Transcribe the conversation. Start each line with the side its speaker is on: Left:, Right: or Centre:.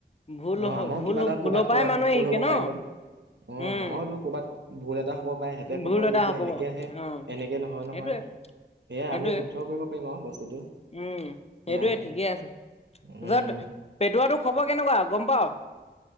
Left: ভুল
Right: অ',
Left: হ
Right: আমাৰো
Left: ভুল
Right: কিবা এটা
Left: ভুলৰ
Right: কৰ'বাত-কৰ'বাত
Left: পৰাই মানুহে
Right: ভুল
Left: শিকে
Right: হ'ব
Left: ন
Right: পাৰিব। অ',
Left: উম
Right: আমাৰো কৰ'বাত ভুল এটা হ'ব পায় সিহঁতে
Left: ভুল
Right: ক'ব এইটো
Left: এটা হ'ব
Right: এনেকে
Left: বাৰু।
Right: আহে
Left: অ
Right: এনেকে নহয়-নহয়।
Left: সেইটোয়ে
Right: সেয়াই
Left: সেইটোয়ে
Right: আমি শুদ্ধ কৰিব পাৰিম আউ বস্তুটো।
Left: উম
Right: সেয়াই
Left: সেইটোৱে ঠিকেই আছে।
Right: উম
Left: তাৰপিছত পেটুৱাটো খবৰ কেনেকুৱা গম পাৱ?